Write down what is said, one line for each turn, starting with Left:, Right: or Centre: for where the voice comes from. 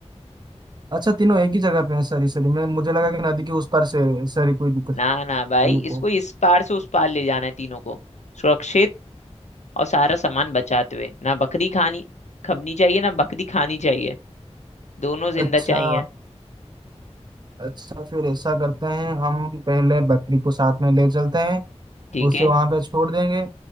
Right: अच्छा तीनों एक ही जगह पे हैं सॉरी सॉरी मैं मुझे लगा कि नदी के उस पार से सॉरी कोई दिक्कत
Left: ना ना भाई
Right: को
Left: इसको इस पार से उस पार ले जाना है तीनों को सुरक्षित और सारा सामान बचाते हुए ना बकरी खानी खबनी चाहिए ना बकरी खानी चाहिए दोनों जिंदा
Right: अच्छा
Left: चाहिए
Right: अच्छा फिर ऐसा करते हैं हम पहले बकरी को साथ में ले चलते हैं
Left: ठीक
Right: उसे
Left: है
Right: वहां पे छोड़ देंगे